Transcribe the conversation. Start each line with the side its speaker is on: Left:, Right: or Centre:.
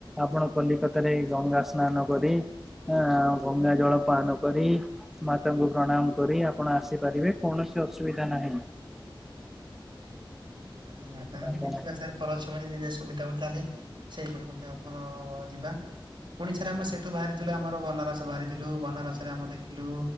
Centre: ଆପଣ କଲିକତାରେ ଗଙ୍ଗା ସ୍ନାନ କରି ଆ ଗଙ୍ଗା ଜଳ ପାନ କରି, ମାତାଙ୍କୁ ପ୍ରଣାମ କରି ଆ ଆପଣ ଆସିପାରିବେ, କୌଣସି ଅସୁବିଧା ନାହିଁ।
Right: ଆ ତାହେଲେ
Centre: ଆପଣ
Right: ଦେଖିବା ସାର୍ ପରଛୟ ଯଦି ସୁବିଧା ହୁଏ ତାହେଲେ ସେଇପଟ ମଧ୍ୟ ଆମର ଯିବା, ପୁଣି ସାରେ ଆମେ ସେଠୁ ବାହାରିଥିଲୁ ଆମର ବନାରସ ବାହାରି ଲୁ ବନାରସରେ ଆମ ଦେଖିଲୁ